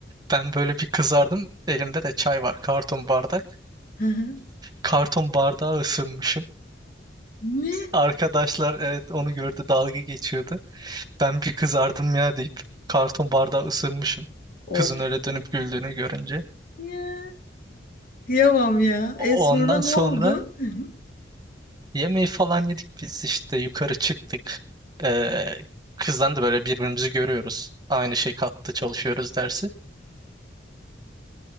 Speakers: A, on the right; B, on the left.
A: Ben böyle bir kızardım elimde de çay var karton bardak.
B: Hı hı.
A: Karton bardağı ısırmışım.
B: Ne?
A: Arkadaşlar evet onu gördü dalga geçiyordu. Ben bir kızardım ya deyip karton bardağı ısırmışım.
B: Of.
A: Kızın öyle dönüp güldüğünü görünce.
B: Ya. Kıyamam ya. E sonra
A: Ondan
B: ne
A: sonra
B: oldu? Hı hı.
A: yemeği falan yedik biz işte yukarı çıktık. Ee, kızdan da böyle birbirimizi görüyoruz. Aynı şey kattı çalışıyoruz dersi.